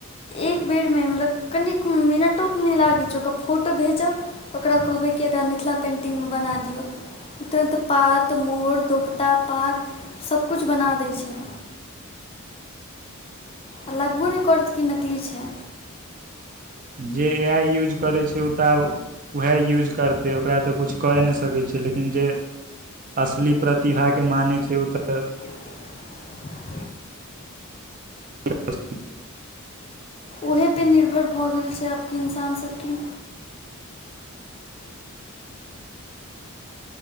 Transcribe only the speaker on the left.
एक बेर में मतलब कनि मिनटो तऽ नै लागैत छै ओकरा फोटो भेजब ओकरा कहबै कि एकरा मिथिला पेन्टिंग में बना दियौ। तुरन्त पात मोर दोपटा पाग सभ कुछ बना दैत छैय। आ लगबो नै करत कि नकली छै।
<unintelligible>
ओहे पर निर्भर भऽ गेल छै आब केँ इन्सान सब की।